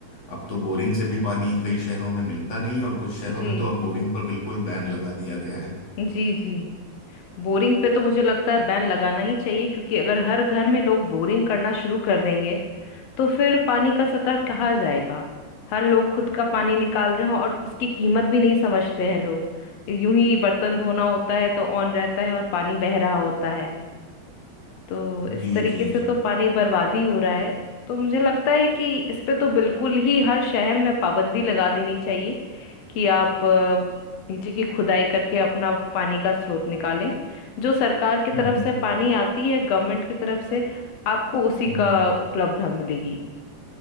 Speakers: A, on the left (about 40°); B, on the left (about 70°).
A: अब तो बोरिंग से भी पानी कई शहरों में मिलता नहीं है और कुछ शहरों
B: जी
A: में तो अब बोरिंग पर बिल्कुल बैन लगा दिया गया है
B: जी जी बोरिंग पे तो मुझे लगता है बैन लगाना ही चाहिए क्योंकि अगर हर घर में लोग बोरिंग करना शुरू कर देंगे तो फिर पानी का सतह कहाँ जाएगा हर लोग खुद का पानी निकाल रहे हैं और उसकी कीमत भी नहीं समझते हैं लोग यूं ही बर्तन धोना होता है तो ऑन रहता है और पानी बह रहा होता है तो इस
A: जी
B: तरीके
A: जी
B: से
A: जी
B: तो पानी बर्बाद ही हो रहा है तो मुझे लगता है कि इस पे तो बिल्कुल ही हर शहर में पाबंदी लगा देनी चाहिए कि आप अ, नीचे की खुदाई करके अपना पानी का स्रोत निकालें जो सरकार की तरफ
A: हम्म हम्म
B: से पानी आती है गवर्नमेंट की तरफ से आपको उसी
A: हम्म, हम्म।
B: का उपलब्धता मिलेगी